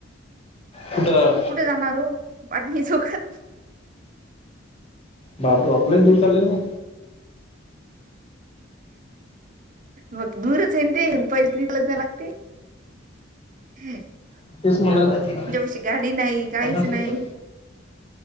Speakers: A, on the left; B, on the right.
A: कुठं?
B: कुठे जाणार हो बाटली चोकत.
A: बाप रे बाप लई दूर चालले की नाही?
B: मग दूरच आहे ना ते <unintelligible> जायला लागते. <unintelligible>
A: तेच म्हणलं
B: पशी गाडी नाही, काहीच
A: पन्नास रुपये
B: नाही.